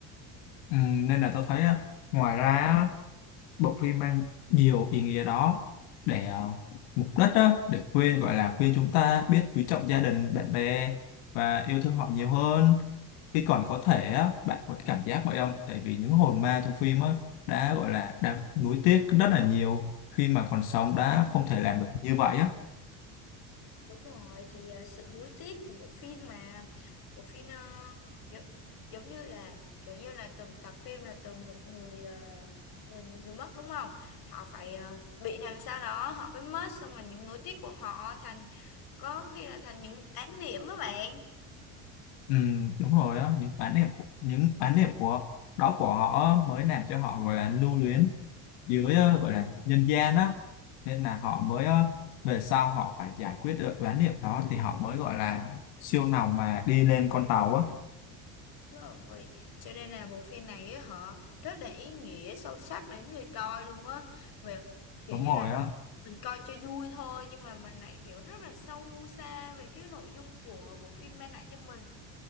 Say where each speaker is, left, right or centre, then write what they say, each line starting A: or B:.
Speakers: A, on the left; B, on the left.
A: Ừ, nên là tôi thấy á, ngoài ra á, bộ phim mang nhiều ý nghĩa đó để ờ, mục đích đó để khuyên gọi là khuyên chúng ta biết quý trọng gia đình bạn bè và yêu thương họ nhiều hơn khi còn có thể á, bạn có cảm giác vậy không tại vì những hồn ma trong phim á, đã gọi là đã nuối tiếc rất là nhiều khi mà còn sống đã không thể làm được như vậy á
B: Đúng rồi thì à, sự nuối tiếc của bộ phim mà bộ phim ờ, gi- giống như là kiểu như là từng tập phim là từng một người ờ, người người mất đúng không? Họ phải ờ, bị làm sao đó họ mới mất xong rồi những nối tiếc của họ thành có khi là thành những án điểm đó bạn.
A: ừ, đúng rồi á những oán niệm của những oán niệm của đó của họ mới làm cho họ gọi là lưu luyến dưới ờ, gọi là nhân gian á nên là họ mới ờ, về sau họ phải giải quyết được bán niệm đó thì họ mới gọi là siêu lòng mà đi lên con tàu á
B: Đúng rồi cho nên là bộ phim này á họ rất là ý nghĩa sâu sắc đến người coi luôn á về kiểu
A: đúng
B: như
A: rồi
B: là mình
A: á
B: mình coi cho vui thôi nhưng mà mình lại hiểu rất là sâu xa về cái nội dung của bộ phim mang lại cho mình